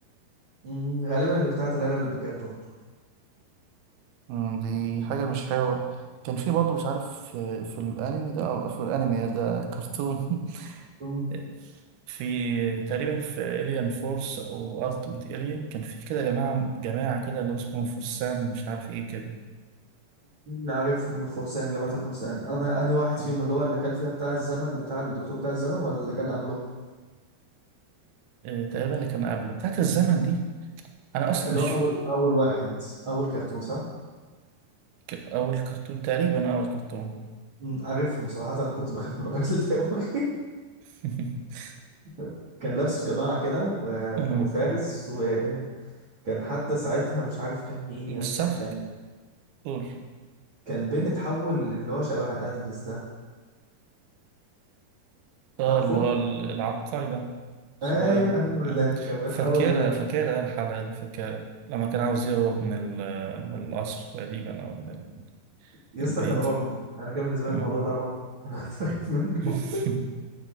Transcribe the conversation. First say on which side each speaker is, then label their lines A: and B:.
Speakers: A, on the right; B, on the right.
A: أمم، غالبا اللي بتاعت العلب بالكرتون
B: مم، دي حاجة مش حلوة كان في برضه مش عارف في, في الأنمي ده أو في الأنمي ده كرتون
A: أمم،
B: <laughs> في تقريبا في إليان فورس أو ألتيميت إليان كان في كده جماعة جماعة كده اللي هم اسمهم فرسان مش عارف إيه كده
A: عارفهم الفرسان جماعة الفرسان أنا أنهي واحد
B: آه.
A: فيهم اللي هو اللي كان فيها بتاع الزمن بتاع الدكتور بتاع الزمن ولا اللي كان قبله؟
B: آه، تقريبا اللي كان قبله بتاعت الزمن دي أنا أصلا
A: اللي
B: مش
A: هو اول اول واحد اول كرتون صح؟
B: ك- أول كرتون تقريبا أول كرتون
A: أمم، عارفهم صراحة انا كنت بخاف من الراجل ده أوي.
B: <laughs>
A: <laughs> كان لابس قناع كده و...
B: مم.
A: وفارس وكان حتى ساعتها مش عارف كان مين يا اسطى
B: بس عارف
A: كان
B: قول
A: كان بين اتحول اللي هو شبه ازبس ده عارفه؟
B: اه اللي هو ال- العبقري ده صغير
A: ايوه هو
B: مم.
A: ده كان بيتحول
B: فاكرها
A: لده
B: فاكرها الحلقة دي فاكرها لما كان عاوز يهرب من ال- من القصر تقريبا أو من ال-
A: يا
B: البيت
A: اسطى كان رعب انا كان بالنسبة
B: مم.
A: لي الموضوع ده رعب <laughs> انا كنت بخاف منه
B: <laughs>